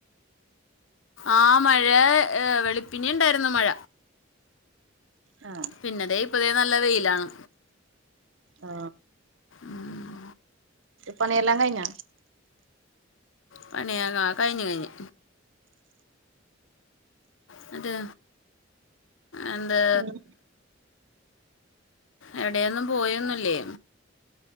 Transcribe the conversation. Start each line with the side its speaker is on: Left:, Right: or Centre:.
Left: ആഹ്‌. മഴ, വെളുപ്പിനെ യുണ്ടായിരുന്നു മഴ.
Right: ആ
Left: പിന്നെതേ, ഇപ്പതേ നല്ല വെയിലാണ്.
Right: ആ
Left: ഊം
Right: പണിയെല്ലാം കഴിഞ്ഞോ?
Left: പണിയാ, കാ കഴിഞ്ഞ് കഴിഞ്ഞ്. ന്നറ്റ് എന്താ.
Right: ഉം
Left: എവിടെയൊന്നും പോയൊന്നു ല്ലേ